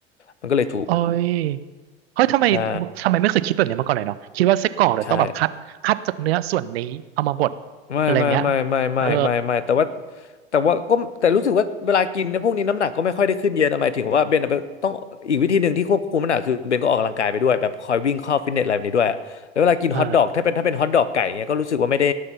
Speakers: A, on the left; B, on the right.
A: มันก็เลยถูก
B: โอ้ยเฮ้ยทำไม
A: ใช่
B: ทำไมไม่เคยคิดแบบนี้มาก่อนเลยเนาะคิดว่าไส้กรอกเนี่ยต้องแบบคัดคัดจากเนื้อส่วนนี้เอามาบด
A: ใช่ ไม่ไม่ไม่ไม่ไม่ไม่ไม่แต่ว่า
B: อะไรเงี้ยเออ
A: แต่ว่าก็แต่รู้สึกว่าเวลากินเนี่ยพวกนี้น้ำหนักก็ไม่ค่อยได้ขึ้นเยอะนะหมายถึงว่าเบนอะเป็นต้องอีกวิธีหนึ่งที่ควบคุมน้ำหนักคือเบนก็ออกกำลังกายไปด้วยแบบคอยวิ่งเข้าฟิตเนสอะไรแบบนี้ด้วยแล้วเวลากินฮอทดอกถ้าเป็นถ้าเป็นฮอทดอกไก่เงี้ยก็รู้สึกว่าไม่ได้
B: เออ